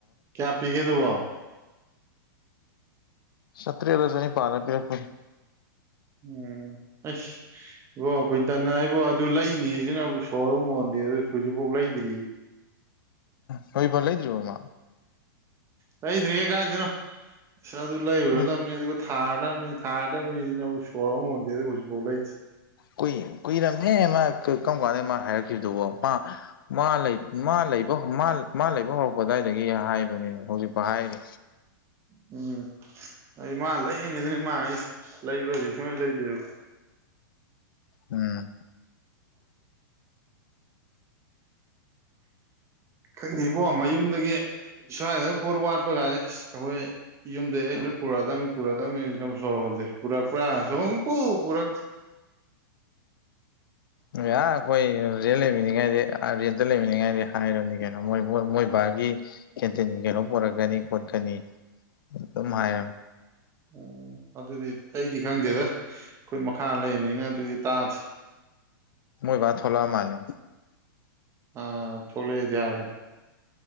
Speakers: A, on the right (about 25°); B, on the left (about 75°).
A: ꯀꯌꯥ ꯄꯤꯒꯦ ꯑꯗꯨꯕꯣ
B: ꯆꯇ꯭ꯔꯦꯠꯂ ꯆꯅꯤꯄꯥꯜꯂ ꯄꯤꯔꯛꯄꯅꯦ
A: ꯎꯝ ꯑꯁ ꯏꯕꯣ ꯀꯨꯏꯇꯟꯅꯥ ꯑꯩꯕꯣ ꯑꯗꯨ ꯂꯩꯅꯤꯁꯤꯅꯕꯨ ꯁꯣꯔ ꯑꯃ ꯍꯣꯟꯗꯦ ꯑꯗꯨꯏ ꯍꯧꯖꯤꯛꯐꯥꯎ ꯂꯩꯗ꯭ꯔꯤ
B: ꯎ ꯍꯧꯖꯤꯛꯐꯧ ꯂꯩꯗ꯭ꯔꯤꯕꯣ ꯃꯥ
A: ꯂꯩꯗ꯭ꯔꯤꯌꯦ ꯀꯥꯏꯗꯩꯅꯣ ꯑꯁ ꯑꯗꯨ ꯂꯩꯔꯨꯔꯗꯕꯅꯤ
B: ꯎꯝ
A: ꯑꯗꯨꯒ ꯊꯥꯔꯗꯃꯤ ꯊꯥꯔꯗꯃꯤꯖꯤꯅꯕꯨ ꯁꯣꯔ ꯑꯃ ꯍꯣꯟꯗꯦ ꯑꯗꯨ ꯍꯧꯖꯤꯛꯐꯧ ꯂꯩꯗꯤ
B: ꯀꯨꯏ ꯀꯨꯏꯔꯝꯅꯦ ꯃꯥ ꯀꯩ ꯀꯔꯝ ꯀꯥꯟꯗ ꯃꯥ ꯍꯥꯏꯔꯛꯈꯤꯕꯗꯨꯕꯣ ꯃꯥ ꯃꯥ ꯂꯩ ꯃꯥ ꯂꯩꯕ ꯃꯥ ꯃꯥ ꯂꯩꯕ ꯍꯧꯔꯛꯄ ꯑꯗꯨꯋꯥꯏꯗꯒꯤ ꯍꯥꯏꯕꯅꯦ ꯍꯧꯖꯤꯛꯐꯥꯎ ꯍꯥꯏꯔꯤ
A: ꯎꯝ ꯑꯩ ꯃꯥ ꯂꯩꯒꯅꯤ ꯑꯗꯨꯅꯤ ꯃꯥ ꯍꯥꯏꯖꯦ ꯂꯩꯕ꯭ꯔꯗꯤ ꯁꯨꯡꯂꯩ ꯂꯩꯗꯦꯕ
B: ꯎꯝ
A: ꯈꯪꯗꯦꯕꯣ ꯃꯌꯨꯝꯗꯒꯤ ꯁ꯭ꯋꯥꯏꯗ ꯄꯣꯠ ꯋꯥꯠꯄ ꯀꯥꯟꯗ ꯑꯁ ꯑꯈꯣꯏ ꯌꯨꯝꯗꯩ ꯑꯩ ꯂꯣꯏ ꯄꯨꯔꯛꯗꯕꯃꯤ ꯄꯨꯔꯛꯗꯕꯃꯤꯖꯤꯅꯕꯨ ꯁꯣꯔ ꯍꯣꯟꯗꯦ ꯄꯨꯔꯛꯄ꯭ꯔꯥ ꯁꯨꯡꯄꯨ ꯄꯨꯔꯛꯇꯦ
B: ꯎ ꯌꯥ ꯑꯈꯣꯏ ꯔꯦꯟ ꯂꯩꯃꯤꯅꯤꯉꯥꯏꯗꯤ ꯑ ꯔꯦꯟꯇ ꯂꯩꯃꯤꯅꯤꯉꯥꯏꯗꯤ ꯍꯥꯏꯔꯝꯅꯤ ꯀꯩꯅꯣ ꯃꯣꯏ ꯃꯣꯏ ꯃꯣꯏ ꯕꯥꯒꯤ ꯀꯦꯟꯇꯤꯟ ꯀꯩꯅꯣ ꯄꯨꯔꯛꯀꯅꯤ ꯈꯣꯠꯀꯅꯤ ꯑꯗꯨꯝ ꯍꯥꯏ
A: ꯎꯝ ꯑꯗꯨꯗꯤ ꯑꯩꯗꯤ ꯈꯪꯗꯦꯗ ꯑꯈꯣꯏ ꯃꯈꯥ ꯂꯩꯔꯕꯅꯤꯅ ꯑꯗꯨꯗꯤ ꯇꯥꯗꯦ
B: ꯃꯣꯏꯕ ꯊꯣꯂꯛ ꯑꯃꯥꯜꯂꯦ
A: ꯑ ꯊꯣꯛꯂꯛꯑꯦꯗꯤ ꯍꯥꯏꯕꯅꯤ